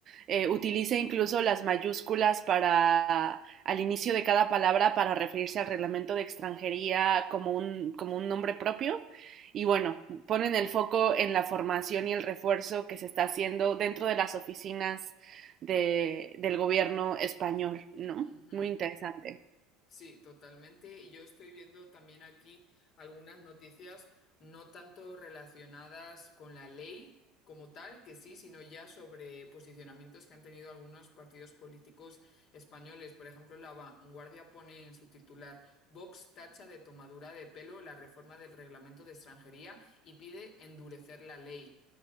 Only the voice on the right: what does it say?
Eh, utiliza incluso las mayúsculas para al inicio de cada palabra para referirse al reglamento de extranjería como un, como un nombre propio. Y bueno, ponen el foco en la formación y el refuerzo que se está haciendo dentro de las oficinas de, del gobierno español, ¿no?
Muy interesante.